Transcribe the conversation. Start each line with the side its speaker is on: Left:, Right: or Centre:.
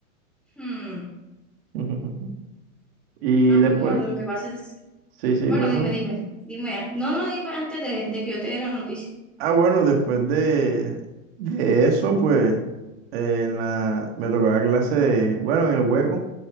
Centre: Hmm,
Right: <laughs> Y
Centre: amor,
Right: después,
Centre: lo que pasa es...
Right: sí, sí,
Centre: Bueno,
Right: cuéntame.
Centre: dime, dime, dime. No, no, dime antes de, de que yo te dé la noticia.
Right: Ah, bueno, después de, de eso, pues eh, en la, me tocaba clase de, bueno, en el hueco,